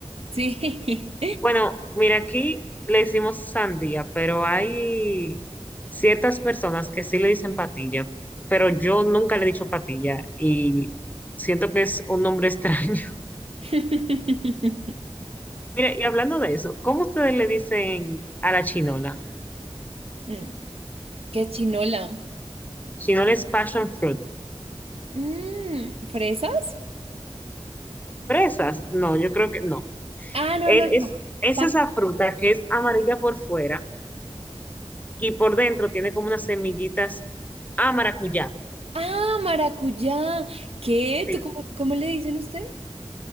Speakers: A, on the right; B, on the left.
A: Sí.
B: Bueno, mira, aquí le decimos sandía, pero hay ciertas personas que sí le dicen patilla, pero yo nunca le he dicho patilla y siento que es un nombre extraño.
A: <laughs>
B: <laughs> Mira, y hablando de eso, ¿cómo ustedes le dicen a la chinola?
A: Mm, ¿Qué chinola?
B: Chinola es passion fruit.
A: Mm, ¿fresas?
B: ¿Fresas? No, yo creo que no.
A: Ah, no,
B: Él
A: no,
B: es,
A: no.
B: es
A: Pa-
B: esa fruta que es amarilla por fuera y por dentro tiene como unas semillitas a maracuyá.
A: ah, maracuyá. ¿Qué?
B: Sí,
A: ¿Tú cómo, cómo le dicen ustedes?